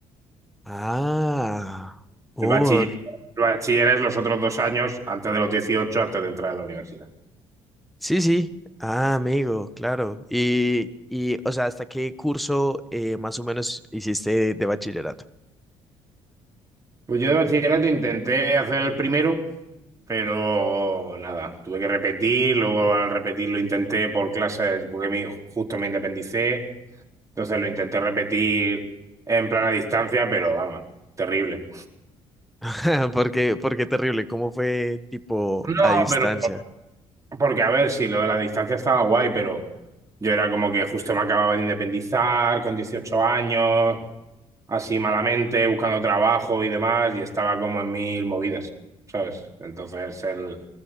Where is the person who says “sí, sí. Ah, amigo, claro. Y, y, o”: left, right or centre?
Centre